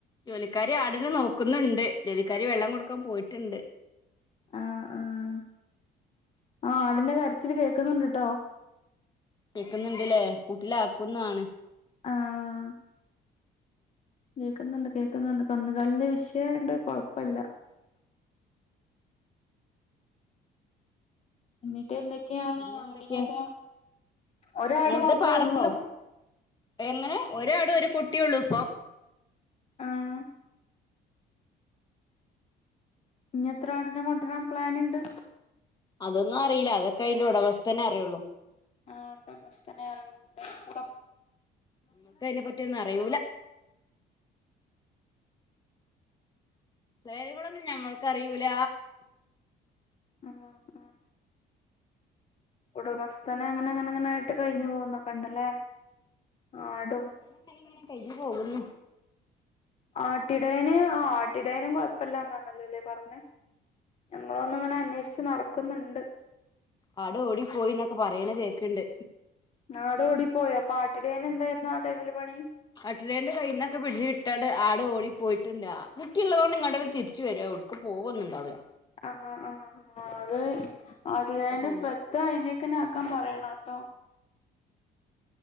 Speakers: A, on the left; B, on the left.
A: ജോലിക്കാർ ആട്നെ നോക്കുന്നുണ്ട് ജോലിക്കാർ വെള്ളം കൊടുക്കാൻ പോയിട്ടുണ്ട്
B: ആഹ് ആഹ് ആ ആടിന്റെ കരച്ചില് കേക്കുന്നുണ്ട് ട്ടോ
A: കേൾക്കുന്നുണ്ടില്ലെ കൂട്ടിലാക്കുന്നാണ്
B: ആഹ് കേൾക്കുന്നുണ്ട് കേൾക്കുന്നുണ്ട് കന്ന് കാലിന്റെ വിഷയായോണ്ട് കുഴപ്പല്ല എന്നിട്ട് എന്തൊക്കെയാണ്
A: പിന്നെ
B: ആടിനൊക്കെ
A: എന്തൊക്കെയാ
B: ഒരാട്
A: നിങ്ങളത്
B: മാത്രേ
A: പാടത്തുന്ന്
B: ഉള്ളോ
A: എങ്ങനെ ഒരാട് ഒരു കുട്ടിയുള്ളൂ ഇപ്പോ
B: ആഹ് ഇനി എത്ര ആടിനെ കൊണ്ടുവരാൻ പ്ലാൻ ഇണ്ട്
A: അതൊന്നും അറിയില്ല അതൊക്കെ അയിന്റെ ഉടമസ്ഥനെ അറിയുള്ളൂ
B: ആഹ് ഉടമസ്ഥനെ അറിയുള്ളൂ
A: ഇക്ക് അയിനെ പറ്റിയൊന്നും അറിയൂല വേലുകളൊന്നും ഞമ്മൾക്ക് അറിയൂല
B: ആഹ് ഉടമസ്ഥനെ അങ്ങനെ അങ്ങനെങ്ങനെ ആയിട്ട് കഴിഞ്ഞു പോവുന്നൊക്കെ ഉണ്ടല്ലെ ആടും
A: <unintelligible> കഴിഞ്ഞ് പോകുന്നു
B: ആട്ടിടയന് ആ ആട്ടിടേയനും കൊഴപ്പില്ലന്നാണല്ലല്ലെ പറഞ്ഞെ ഞങ്ങളൊന്ന് അങ്ങനെ അന്വേഷിച്ച് നടക്കുന്നുണ്ട്
A: ആട് ഓടിപ്പോയിന്നൊക്കെ പറയണ് കേക്ക്ണ്ട്
B: ആട് ഓടി പോയോ അപ്പോ ആട്ടിടയന് എന്തായിരുന്നു ആ ടൈമില് പണി
A: ആട്ടിടയന്റെ കയ്യിൽന്നൊക്കെ പിടിച്ച് കിട്ടാണ്ട് ആട് ഓടി പോയിട്ടില്ല കുട്ടിയുള്ളത് കൊണ്ട് ഇങ്ങ്ട്ടന്നെ തിരിച്ച് വരാന്ന് തോന്നുന്നു ക്കും പോവുന്നൊണ്ടാവില്ല
B: ആഹ് ആഹ് ആഹ് അത് ആടിടയന്റെ
A: അത് പോവൂല
B: ശ്രദ്ധ ദ്ധ അയ്ലേക്കന്നെ ആക്കാൻ പറയണം ട്ടോ